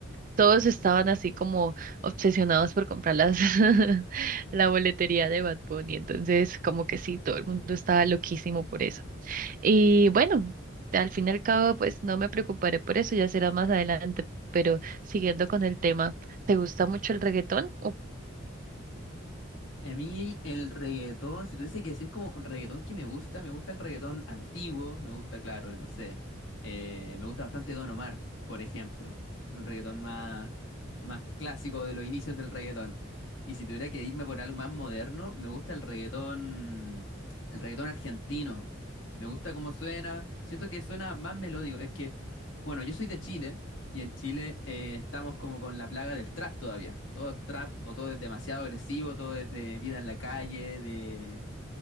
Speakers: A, on the right; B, on the left.
A: todos estaban así como obsesionados por comprar las, <laughs> la boletería de Bad Bunny, entonces como que sí, todo el mundo estaba loquísimo por eso. Y bueno, al fin y al cabo, pues no me preocuparé por eso, ya será más adelante, pero siguiendo con el tema, ¿te gusta mucho el reggaetón? Ok,
B: A mí el reggaetón, si tuviese que decir como un reggaetón que me gusta, me gusta el reggaetón antiguo, me gusta, claro, no sé, eh, me gusta bastante Don Omar, por ejemplo, un reggaetón más, más clásico de los inicios del reggaetón. Y si tuviera que irme por algo más moderno, me gusta el reggaetón, el reggaetón argentino. Me gusta cómo suena, siento que suena más melódico. Es que, bueno, yo soy de Chile. Y en Chile eh, estamos como con la plaga del trap todavía. Todo es trap o todo es demasiado agresivo, todo es de vida en la calle, de,